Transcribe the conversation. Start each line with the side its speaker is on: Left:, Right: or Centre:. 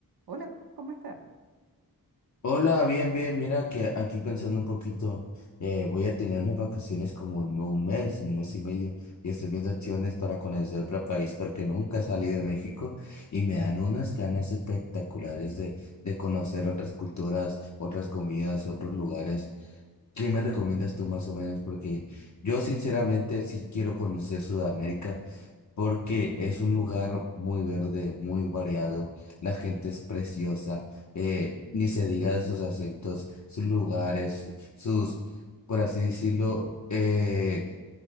Right: Hola, ¿cómo estás?
Left: Hola, bien, bien. Mira que aquí pensando un poquito, eh, voy a tener unas vacaciones como en un mes, un mes y medio, y estoy viendo acciones para conocer otro país porque nunca he salido de México y me dan unas ganas espectaculares de, de conocer otras culturas, otras comidas, otros lugares. ¿Qué me recomiendas tú más o menos? Porque yo sinceramente sí quiero conocer Sudamérica porque es un lugar muy verde, muy variado, la gente es preciosa, eh, ni se diga de sus acentos, sus lugares, sus, por así decirlo, eh,